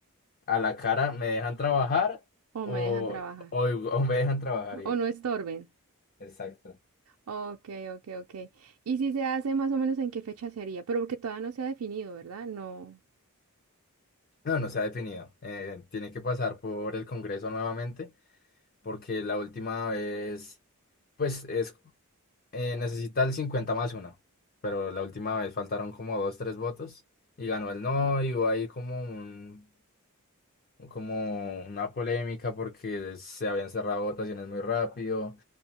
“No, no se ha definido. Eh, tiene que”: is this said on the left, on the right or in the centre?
Left